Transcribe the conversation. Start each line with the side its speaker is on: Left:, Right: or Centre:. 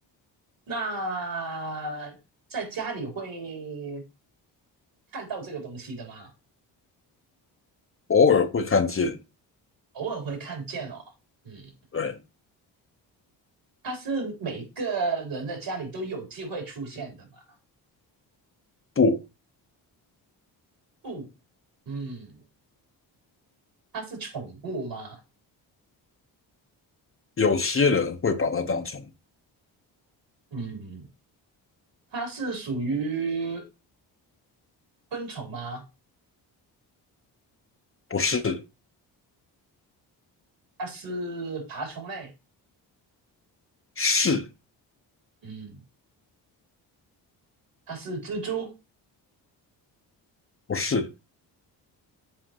Right: 那在家里会看到这个东西的吗？
Left: 偶尔会看见，
Right: 偶尔会看见哦，嗯，
Left: 对，
Right: 它是每个人的家里都有机会出现的吗？
Left: 不，
Right: 不，嗯，它是宠物吗？
Left: 有些人会把它当成
Right: 嗯，它是属于昆虫吗？
Left: 不是，
Right: 它是爬虫类？
Left: 是，
Right: 嗯，它是蜘蛛、
Left: 不是，